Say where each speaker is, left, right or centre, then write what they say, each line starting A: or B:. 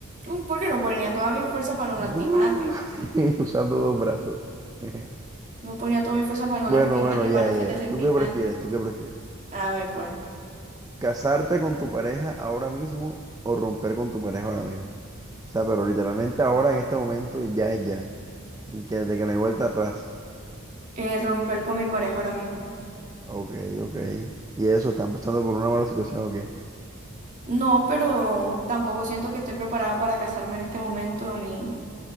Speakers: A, on the right; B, on the right.
A: Mm, ¿Por qué no ponía toda mi fuerza para no
B: Uh,
A: lastimarte?
B: <laughs> y Usando dos brazos. <laughs>
A: No ponía toda mi fuerza para no
B: Bueno,
A: lastimarte,
B: bueno, ya,
A: para no
B: ya.
A: hacerte sentir
B: ya. ¿Tú qué
A: mal.
B: prefieres? ¿Tú qué prefieres?
A: A ver, pues.
B: ¿Casarte con tu pareja ahora mismo o romper con tu pareja ahora mismo? O sea, pero literalmente ahora en este momento ya es ya. De que, de que no hay vuelta atrás.
A: eh, romper con mi pareja ahora mismo.
B: Ok, ok. Y eso, están pasando por una mala situación, ok.
A: No, pero tampoco siento que esté preparada para casarme en este momento, ni...